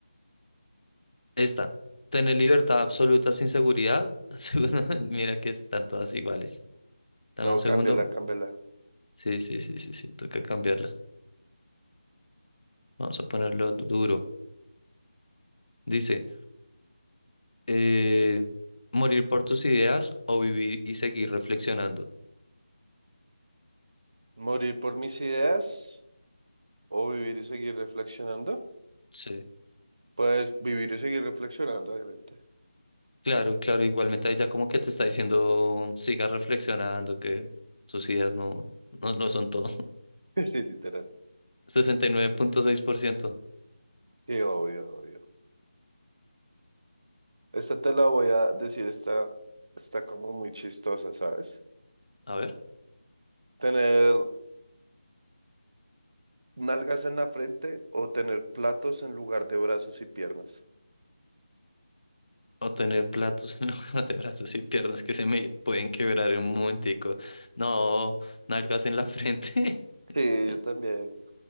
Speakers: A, on the left; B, on the right.
A: Esta. Tener libertad absoluta sin seguridad. <laughs> Según- Mira que están todas iguales. Dame
B: No,
A: un segundo.
B: cámbiala, cámbiala.
A: Sí, sí, sí, sí, sí, toca cambiarla. Vamos a ponerlo du- duro. Dice, eh, morir por tus ideas o vivir y seguir reflexionando.
B: Morir por mis ideas. O vivir y seguir reflexionando.
A: Sí,
B: Pues vivir y seguir reflexionando, obviamente.
A: claro, claro, igualmente ahí ya como que te está diciendo, siga reflexionando, que sus ideas no, no, no son todo. <laughs>
B: <laughs> Sí, literal.
A: sesenta y nueve punto seis por ciento
B: Sí, obvio, obvio. Esta te la voy a decir, está, está como muy chistosa, ¿sabes?
A: A ver,
B: Tener nalgas en la frente o tener platos en lugar de brazos y piernas.
A: o tener platos en <laughs> lugar de brazos y piernas que se me pueden quebrar en un momentico. No, nalgas en la frente.
B: Sí,
A: <laughs>
B: yo también.